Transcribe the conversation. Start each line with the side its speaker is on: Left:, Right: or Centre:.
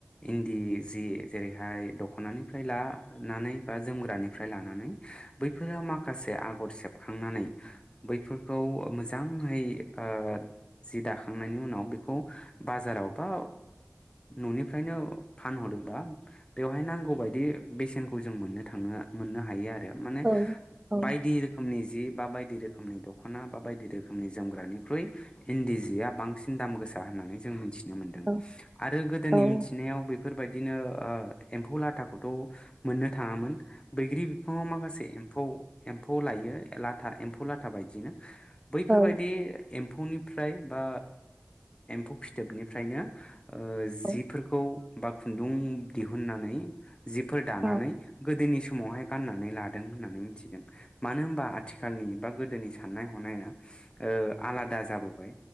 Left: इन्दि जि जेरैहाय दखनानिफ्राय लानानै बा जोमग्रानिफ्राय लानानै बैफोरा माखासे आब हर सेबखांनानै बैफोरखौ मोजाङै ओ जि दाखांनायनि उनाव बेखौ बाजाराव बा ननिफ्रायनो फानहरो बा बेवहाय नांगौबायायदि बेसेनखौ जों मोननो थाङो मोननो हायो आ माने
Right: औ औ
Left: बायदि रोखोमनि जि बा बाय इदि रोखोमनि दखना बा बायदि रोखोमनि जोमग्रानि ख्रुइ इन्दि जिया बांसिन दाम गोसा होननानै जों मिथि नो मोनदों
Right: औ
Left: आरो गोदोनि
Right: औ
Left: मिथिनायाव बे बेफोरबायदिनो एम्फौ लाथाखौथ मोननो थाङामोन बैग्रि बिफाङाव माखासे एम्फौ एम्फौ लायो लाथा एम्फौ लाथा बायदिनो बैफोरबायदि
Right: औ
Left: एम्फौनिफ्राय बा एम्फौ फिथोबनि ओमफ्रायनो ओ
Right: औ
Left: जिफोरखौ बा खुन्दुं दिहुननानै जिफोर दानानै
Right: औ
Left: गोदोनि सम समावहाय गाननानै लादों होननानै मिथिदों मानो होनबा आथिखालनि बा गोदोनि साननाय हनाया ओ आलादा जाबोबाय